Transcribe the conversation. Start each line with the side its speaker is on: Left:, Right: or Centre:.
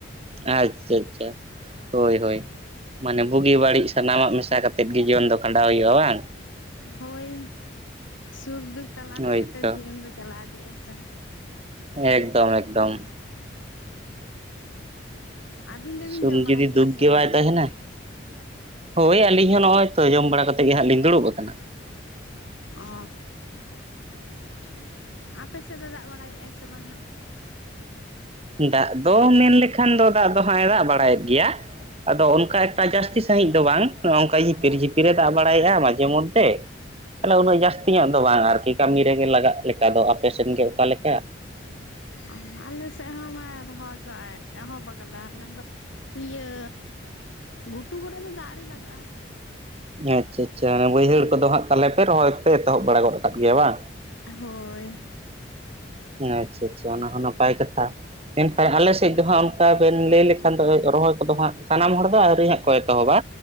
Right: ᱟᱪᱪᱷᱟ ᱟᱪᱪᱷᱟ, ᱦᱳᱭ ᱦᱳᱭ᱾ ᱢᱟᱱᱮ ᱵᱩᱜᱤ ᱵᱟᱹᱲᱤᱡ ᱥᱟᱱᱟᱢᱟᱜ ᱢᱮᱥᱟ ᱠᱟᱛᱮᱜ ᱜᱮ ᱡᱤᱭᱚᱱ ᱫᱚ ᱠᱷᱟᱸᱰᱟᱣ ᱦᱩᱭᱩᱜᱼᱟ ᱵᱟᱝ ᱾
Left: ᱦᱳᱭ ᱥᱩᱠ ᱫᱩᱠ ᱛᱟᱞᱟ ᱛᱮᱜᱮ
Right: ᱦᱳᱭᱛᱚ
Left: ᱛᱚ ᱡᱤᱭᱚᱱ ᱫᱚ ᱪᱟᱠᱟᱣ ᱤᱫᱤᱜᱼᱟ ᱥᱮ,
Right: ᱮᱠᱫᱚᱢ ᱮᱠᱫᱚᱢ ᱾
Left: ᱟᱹᱵᱤᱱ ᱫᱚᱵᱤᱱ
Right: ᱥᱩᱠ
Left: ᱡᱚᱢ ᱵᱟᱲᱟ
Right: ᱡᱩᱫᱤ
Left: ᱠᱮᱜᱼᱟ
Right: ᱫᱩᱜ
Left: ᱥᱮ
Right: ᱜᱮ
Left: ᱟᱹᱣᱨᱤ?
Right: ᱵᱟᱭ ᱛᱟᱦᱮᱸᱱᱟ᱾ ᱦᱳᱭ ᱟᱹᱞᱤᱧ ᱦᱚᱸ ᱱᱚᱜᱼᱚᱭ ᱛᱚ ᱡᱚᱢ ᱵᱟᱲᱟ ᱠᱟᱛᱮᱜ ᱜᱮ ᱦᱟᱸᱜ ᱞᱤᱧ ᱫᱩᱲᱩᱵ ᱟᱠᱟᱱᱟ᱾
Left: ᱚ <inaudible> ᱟᱯᱮ ᱥᱮᱫ ᱫᱚ ᱫᱟᱜ ᱵᱟᱲᱟᱭᱮᱫᱼᱟᱭ ᱥᱮ ᱵᱟᱝ ᱦᱟᱸᱜ?
Right: ᱫᱟᱜ ᱫᱚ ᱢᱮᱱ ᱞᱮᱠᱷᱟᱱ ᱫᱚ ᱫᱟᱜ ᱫᱚ ᱦᱟᱸᱜ ᱮ ᱫᱟᱜ ᱵᱟᱲᱟᱭᱮᱫ ᱜᱮᱭᱟ᱾ ᱟᱫᱚ ᱚᱱᱠᱟ ᱮᱠᱴᱟ ᱡᱟᱹᱥᱛᱤ ᱥᱟᱹᱦᱤᱡ ᱫᱚ ᱵᱟᱝ ᱱᱚᱝᱠᱟ ᱡᱷᱤᱯᱤᱨ ᱡᱷᱤᱯᱤᱨᱮ ᱫᱟᱜ ᱵᱟᱲᱟᱭᱮᱫᱼᱟ ᱢᱟᱡᱷᱮ ᱢᱚᱫᱫᱷᱮ ᱛᱟᱦᱚᱞᱮ ᱩᱱᱟᱹᱜ ᱡᱟᱹᱥᱛᱤ ᱧᱚᱜ ᱫᱚ ᱵᱟᱝ ᱟᱨᱠᱤ ᱠᱟᱹᱢᱤ ᱨᱮᱜᱮ ᱞᱟᱜᱟᱜ ᱞᱮᱠᱟ ᱫᱚ, ᱟᱯᱮ ᱥᱮᱱ ᱜᱮ ᱚᱠᱟ ᱞᱮᱠᱟ?
Left: ᱚ ᱟᱞᱮ ᱥᱮᱫ ᱦᱚᱸ ᱢᱟᱭ ᱨᱚᱦᱚᱭ ᱠᱚ ᱮᱦᱚᱵ ᱟᱠᱟᱫᱟ᱾ ᱤᱭᱟᱹ ᱜᱷᱩᱴᱩ ᱠᱚᱨᱮ ᱫᱚ ᱫᱟᱜ ᱟᱣᱨᱤ ᱞᱟᱜᱟᱜᱼᱟ᱾
Right: ᱟᱪᱪᱷᱟ ᱟᱪᱪᱷᱟ ᱵᱟᱹᱭᱦᱟᱹᱲ ᱠᱚᱫᱚ ᱦᱟᱸᱜ ᱛᱟᱦᱚᱞᱮ ᱨᱚᱦᱚᱭ ᱯᱮ ᱮᱛᱚᱦᱚᱵ ᱵᱟᱲᱟ ᱜᱚᱫ ᱟᱠᱟᱫᱟᱜ ᱜᱮᱭᱟ ᱵᱟᱝ?
Left: ᱦᱳᱭ᱾
Right: ᱟᱪᱪᱷᱟ ᱟᱪᱪᱷᱟ ᱚᱱᱟ ᱦᱚᱸ ᱱᱟᱯᱟᱭ ᱠᱟᱛᱷᱟ᱾ ᱢᱮᱱᱠᱷᱟᱱ ᱟᱞᱮ ᱥᱮᱫ ᱫᱚ ᱦᱟᱸᱜ ᱚᱱᱠᱟ ᱵᱮᱱ ᱞᱟᱹᱭ ᱞᱮᱠᱷᱟᱱ ᱫᱚ ᱨᱚᱦᱚᱭ ᱠᱚᱫᱚ ᱦᱟᱸᱜ ᱥᱟᱱᱟᱢ ᱦᱚᱲ ᱫᱚ ᱟᱹᱣᱨᱤ ᱦᱟᱸᱜ ᱠᱚ ᱮᱛᱚᱦᱚᱵᱟ᱾